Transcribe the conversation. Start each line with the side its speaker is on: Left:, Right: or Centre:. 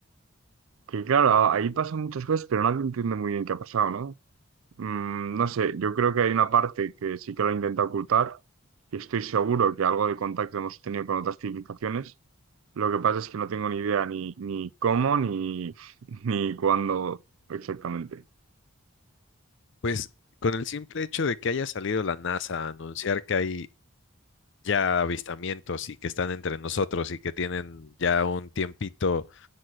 Right: Que claro, ahí pasan muchas cosas, pero nadie entiende muy bien qué ha pasado, ¿no? Mm, no sé, yo creo que hay una parte que sí que lo intenta ocultar y estoy seguro que algo de contacto hemos tenido con otras civilizaciones. Lo que pasa es que no tengo ni idea ni, ni cómo ni, <laughs> ni cuándo exactamente.
Left: Pues con el simple hecho de que haya salido la NASA a anunciar que hay ya avistamientos y que están entre nosotros y que tienen ya un tiempito